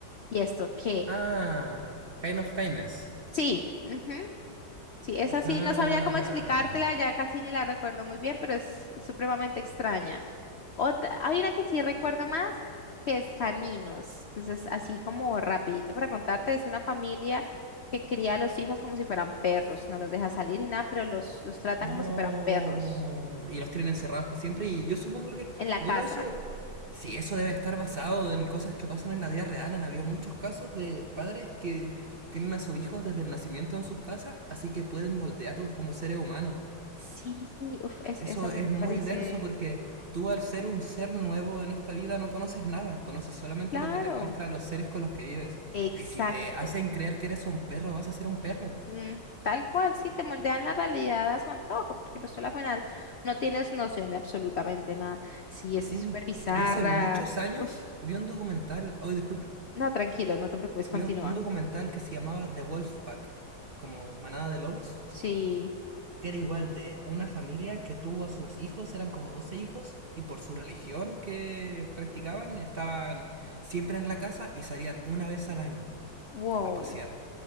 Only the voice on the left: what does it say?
¿y esto qué?
Sí, ujú, Sí, esa
sí, no sabría cómo explicártela, ya casi ni la recuerdo muy bien, pero es supremamente extraña. Otra, hay una que sí recuerdo más, que es Caninos. Entonces, así como rapidito para contarte, es una familia que cría a los hijos como si fueran perros, no los deja salir y nada, pero los, los tratan
como si fueran perros.
En la casa.
Sí, uf, es-
eso a mí
me
parece
claro.
Exacto.
Mm, tal cual, sí, te moldean la realidad a su antojo, porque pues tú a la final no tienes noción de absolutamente nada. Sí, es
es súper bizarra.
Uf,
no, tranquilo, no te preocupes, continúa.
Sí,
wow.